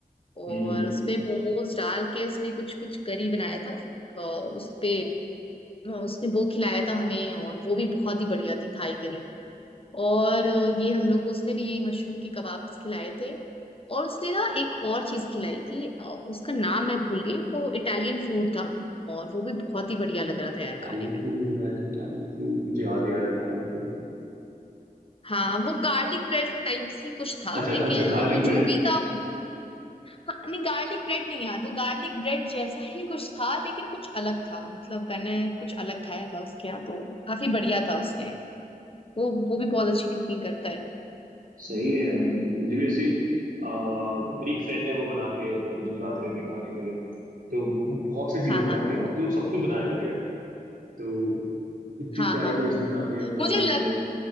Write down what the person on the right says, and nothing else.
हम्म
दाल
फूड दाल फूड मुझे याद नहीं आ रहा दाल फूड
अच्छा
अच्छा गार्लिक
ब्रेड
सही है यार मुझे भी ऐसी आ, मेरी एक फ्रेंड है वो बनाती है तो मुझे भी लाती रहती है खाने के लिए तो वो बहुत सी चीज़ें
बनाती
है अब तो वो सब कुछ बनाने लगी है तो इतनी
प्यारी
प्यारी
चीज़ें बनाती है अब मैं
बोलता
हूँ अरे